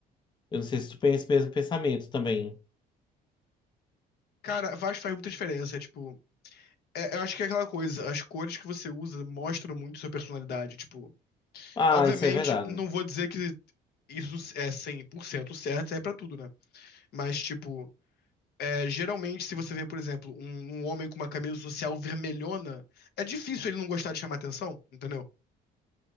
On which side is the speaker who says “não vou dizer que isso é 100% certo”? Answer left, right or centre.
Left